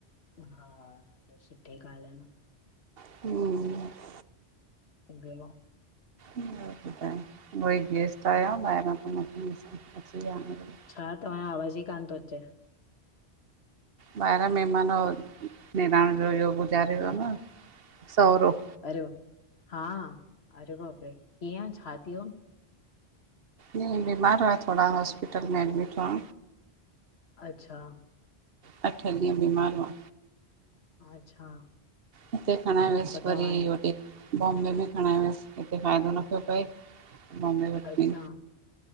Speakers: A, on the left (about 70°); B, on the right (about 60°).
A: हा, सुठी ॻाल्हि आ न।
B: हूं
A: <unintelligible>
B: ॿियो ॿुधाय उई गेस्ट आहिया ॿाहिरा। त मां चयम अची वया। <unintelligible>
A: छा तव्हांयो आवाज़ ई कान थो अचे।
B: ॿाहिरां महिमान, निणान जो इहो गुज़ारे वियो आ न सहुरो।
A: अर्य‌यो, हा अरे बापरे कीअं छा थियो?
B: न बीमार हुया थोरा हॉस्पिटल में एडमिट हुआ।
A: अच्छा।
B: अठ ॾींहं बीमार हुआ।
A: अच्छा।
B: हिते खणाय व्यस
A: पो
B: वरी
A: तव्हां
B: होॾे। बॉम्बे में खणाय व्यस हिते फ़ाइदो न पियो पए--बॉम्बे वठी
A: अच्छा